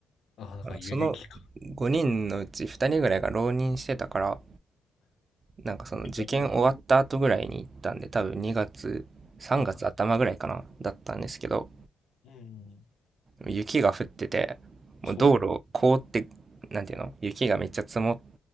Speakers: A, on the left; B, on the right.
A: ああ、だから遊撃か。
B: あのその5人のうち2人ぐらいが浪人してたからなんかその受験終わった後ぐらいに行ったんで多分2月3月頭ぐらいかなだったんですけど
A: なるほど。ああ、うん。
B: 雪が降っててもう道路凍ってなんていうの雪がめっちゃ積もっ
A: そうだよね。